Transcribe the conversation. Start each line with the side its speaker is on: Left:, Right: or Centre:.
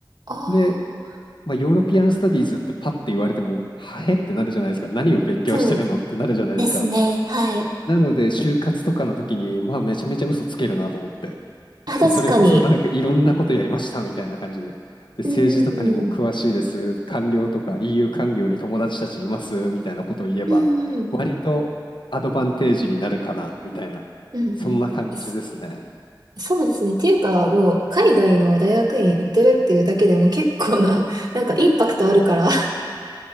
Right: ああ、
Left: で、まあ、ヨーロピアン・スタディーズってパッて言われても、はへってなるじゃないですか。何を勉強してるのってなるじゃないですか。
Right: そうですね。はい。
Left: なので、就活とかの時に、まあ、めちゃめちゃ嘘つけるなと思って、
Right: あ、確かに。
Left: まあ、それこそなんかいろんなことやりましたみたいな感じで、で、政治とかにも詳しいです、
Right: うんうんうん。
Left: 官僚とか EU 官僚に友達たちいますみたいなことを言えば、
Right: うんうん。
Left: 割とアドバンテージになるかなみたいな、
Right: うんうん。
Left: そんな感じですね。
Right: ですそうですね。っていうか、もう海外の大学院行ってるっていうだけでも結構な、なんかインパクトあるから。<laughs>